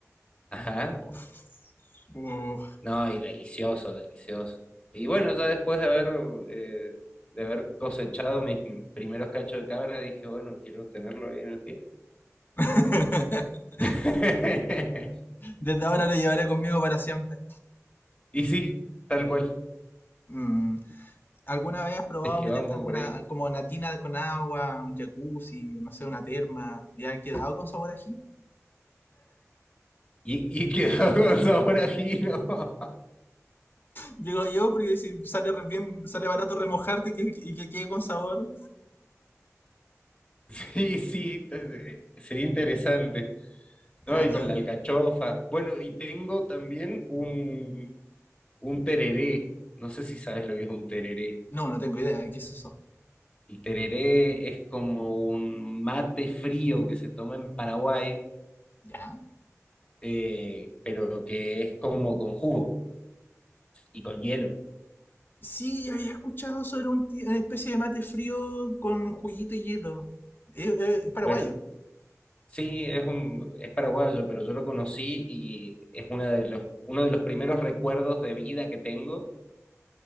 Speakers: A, on the left; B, on the left.
A: Ajá,
B: Uf. Uh.
A: no, y delicioso, delicioso. Y bueno, ya después de haber, eh, de haber cosechado mis primeros cachos de cabra, dije, bueno, quiero tenerlo ahí en el pie.
B: <laughs>
A: <laughs>
B: Desde ahora lo llevaré conmigo para siempre.
A: Y sí, tal cual,
B: Mm, ¿Alguna vez has probado
A: es que
B: meterte
A: va un poco
B: alguna
A: por ahí.
B: como una tina con agua, un jacuzzi, no sé, una terma? ¿Ya ha quedado con sabor a ají?
A: Y, y quedó <laughs> con sabor a ajino. <laughs>
B: Digo yo, porque si sale re- bien, sale barato remojarte y que, y que quede con sabor.
A: Sí, sí, t- sería interesante. No,
B: Claro.
A: y con la alcachofa. Bueno, y tengo también un, un tereré. No sé si sabes lo que es un tereré.
B: No, no tengo idea. ¿Qué es eso?
A: El tereré es como un mate frío que se toma en Paraguay,
B: ¿Ya?
A: eh, pero que es como con jugo y con hielo.
B: Sí, había escuchado sobre un ti- una especie de mate frío con juguito y hielo. Eh, eh, es paraguayo.
A: Bueno, sí, es un, es paraguayo, pero yo lo conocí y es una de los, uno de los primeros recuerdos de vida que tengo